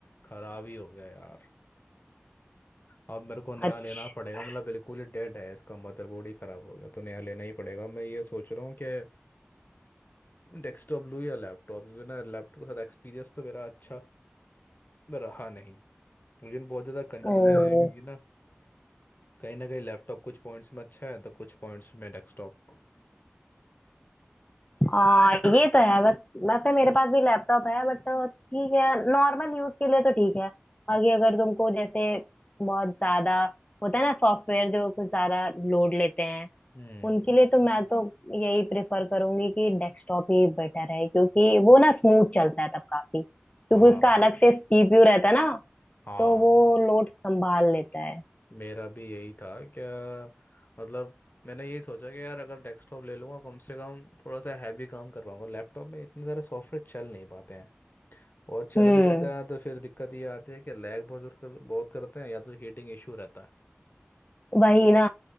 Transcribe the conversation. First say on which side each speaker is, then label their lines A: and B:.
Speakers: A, on the left (about 50°); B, on the left (about 30°).
A: खराब ही हो गया यार अब मेरे को नया
B: अच्छा
A: लेना पड़ेगा मतलब बिल्कुल ही डेड है इसका मदरबोर्ड ही खराब हो गया तो नया लेना ही पड़ेगा मैं ये सोच रहा हूँ कि डेस्कटॉप लूँ या लैपटॉप क्योंकि ना लैपटॉप के साथ एक्सपीरियंस तो मेरा अच्छा रहा नहीं मुझे बहुत ज़्यादा कन्फ्यूज़न
B: ओ
A: है क्योंकि ना कहीं ना कहीं लैपटॉप कुछ पॉइंट्स में अच्छा है तो कुछ पॉइंट्स में डेस्कटॉप
B: आ, ये तो है बस वैसे मेरे पास भी लैपटॉप है बट ठीक है नॉर्मल यूज के लिए तो ठीक है बाकी अगर तुमको जैसे बहुत ज्यादा होता है ना सॉफ्टवेयर जो कुछ ज्यादा लोड लेते हैं
A: हम्म
B: उनके लिए तो मैं तो यही प्रेफर करूंगी कि डेस्कटॉप ही बेटर है क्योंकि वो ना स्मूथ चलता है तब काफी क्योंकि
A: हाँ
B: उसका अलग से सीपीयू रहता है ना
A: हाँ
B: तो वो लोड संभाल लेता है
A: मेरा भी यही था क्या मतलब मैंने यही सोचा कि यार अगर डेस्कटॉप ले लूँगा कम से कम थोड़ा सा हैवी काम कर पाऊंगा लैपटॉप में इतने सारे सॉफ्टवेयर चल नहीं पाते हैं और चल
B: हम्म
A: भी जाते हैं तो फिर दिक्कत ये आती है कि लैग बहुत कर, बहुत करते हैं या तो हीटिंग इशू रहता है
B: वही ना